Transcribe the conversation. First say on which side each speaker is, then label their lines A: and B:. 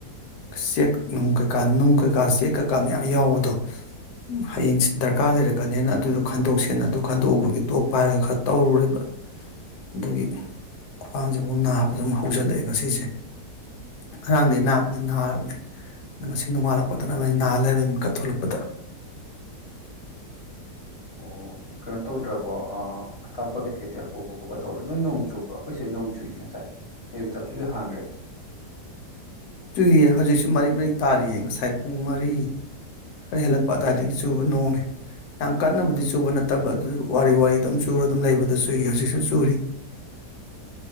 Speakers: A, on the left (about 75°); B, on the left (about 50°).
A: ꯆꯦꯛ ꯅꯨꯡ ꯀꯩꯀꯥ ꯅꯨꯡ ꯀꯩꯀꯥ ꯆꯦꯛ ꯀꯩꯀꯥ ꯃꯌꯥꯝ ꯌꯥꯎꯕꯗꯣ ꯍꯌꯦꯡ ꯗꯔꯀꯥꯔ ꯂꯩꯔꯛꯀꯅꯤꯅ ꯑꯗꯨꯗꯣ ꯈꯟꯗꯣꯛꯁꯦꯅ ꯑꯗꯨ ꯈꯟꯗꯣꯛꯎꯕꯒꯤ ꯇꯣꯛ ꯄꯥꯏꯔꯒ ꯈꯔ ꯇꯧꯔꯨꯔꯦꯕ ꯑꯗꯨꯒꯤ ꯈ꯭ꯋꯥꯡꯁꯦ ꯑꯃꯨꯛ ꯅꯥꯕꯗ ꯑꯗꯨꯝ ꯍꯧꯖꯜꯂꯛꯑꯦ ꯉꯁꯤꯁꯦ ꯉꯔꯥꯡꯗꯒꯤ ꯅꯥꯕꯨꯗꯤ ꯅꯥꯔꯕꯅꯦ ꯑ ꯉꯁꯤ ꯅꯣꯡꯉꯥꯜꯂꯛꯄꯗꯅ ꯑꯃꯅ ꯅꯥ ꯂꯩꯔꯣꯏ ꯃꯈꯠ ꯊꯣꯛꯂꯛꯄꯗ
B: ꯑꯣ ꯀꯩꯅꯣ ꯇꯧꯗ꯭ꯔꯕꯣ ꯑꯇꯥꯞꯄ ꯀꯩꯀꯩꯗꯤ ꯍꯧꯕ ꯈꯣꯠꯄ ꯇꯧꯕ ꯅꯣꯏ ꯅꯣꯡ ꯆꯨꯕ꯭ꯔꯣ ꯑꯩꯈꯣꯏꯁꯦ ꯅꯣꯡ ꯆꯨꯏꯅꯦ ꯉꯁꯥꯏ ꯑꯌꯨꯛꯇ ꯍꯧꯁꯨꯛꯛꯇ ꯍꯥꯡꯈ꯭ꯔꯦ
A: ꯆꯨꯏꯌꯦ ꯍꯧꯖꯤꯛꯁꯨ ꯃꯔꯤꯛ ꯃꯔꯤꯛ ꯇꯥꯔꯤꯌꯦ ꯉꯁꯥꯏ ꯄꯨꯡ ꯃꯔꯤ ꯈꯔ ꯍꯦꯜꯂꯛꯄ ꯑꯗꯨꯋꯥꯏꯗꯒꯤ ꯆꯨꯕ ꯅꯣꯡꯅꯦ ꯌꯥꯝ ꯀꯟꯅꯕꯨꯗꯤ ꯆꯨꯕ ꯅꯠꯇꯕ ꯑꯗꯨ ꯋꯥꯔꯤ ꯋꯥ ꯑꯗꯨꯝ ꯆꯨꯔ ꯑꯗꯨꯝ ꯂꯩꯕꯗ ꯆꯨꯏꯌꯦ ꯍꯧꯖꯤꯛꯁꯨ ꯆꯨꯔꯤ